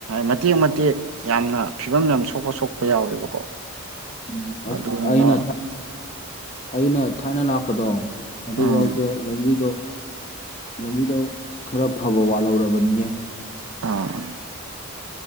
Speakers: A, on the right; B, on the left.
A: ꯃꯇꯦꯛ ꯃꯇꯦꯛ ꯌꯥꯝꯅ ꯐꯤꯕꯝ ꯌꯥꯝ ꯁꯣꯛꯄ ꯁꯣꯛꯄ ꯌꯥꯎꯋꯦꯕꯀꯣ
B: ꯎꯝ ꯑꯁ
A: ꯑꯗꯨꯗꯨꯅ
B: ꯑꯩꯅ ꯑꯩꯅ ꯊꯥꯏꯅ ꯂꯥꯛꯄꯗꯣ ꯑꯗꯨꯐꯥꯎꯗ
A: ꯎꯝ
B: ꯂꯝꯕꯤꯗꯣ ꯂꯝꯕꯤꯗ ꯈꯔ ꯐꯕ ꯋꯥꯠꯍꯧꯔꯕꯅꯤꯅꯦ
A: ꯑꯥ